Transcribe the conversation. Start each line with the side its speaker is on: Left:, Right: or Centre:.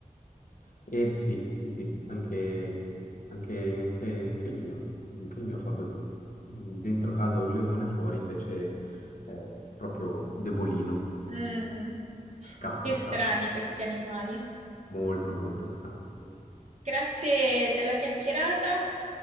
Left: E sì, sì, sì, anche, anche, anche, anche il mio, anche il mio fa così. Dentro casa un leone, fuori invece è proprio debolino.
Right: Mm, mm.
Left: Scappa,
Right: Che
Left: scappa.
Right: strani questi animali.
Left: Molto, molto sani.
Right: Grazie della chiacchierata.